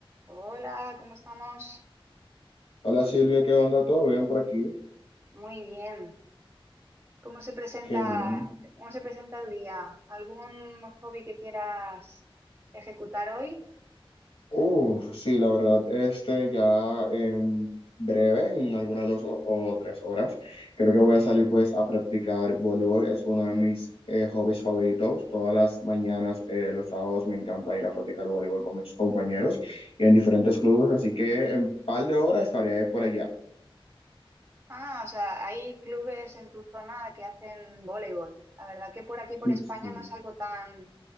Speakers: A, on the right; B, on the left.
A: Hola, ¿cómo estamos?
B: Hola Silvia, ¿qué onda? ¿Todo bien por aquí?
A: Muy bien. ¿Cómo se presenta,
B: Qué bien.
A: cómo se presenta el día? ¿Algún hobby que quieras ejecutar hoy?
B: Uh, sí, la verdad, este ya en breve, en algunas dos o, o tres horas, creo que voy a salir pues a practicar voleibol. Es uno de mis eh, hobbies favoritos. Todas las mañanas, eh, los sábados, me encanta ir a practicar voleibol con mis compañeros y en diferentes clubes. Así que en un par de horas estaré por allá.
A: Ah, o sea, hay clubes en tu zona que hacen voleibol. La verdad que por aquí, por
B: Sí,
A: España,
B: sí.
A: no es algo tan,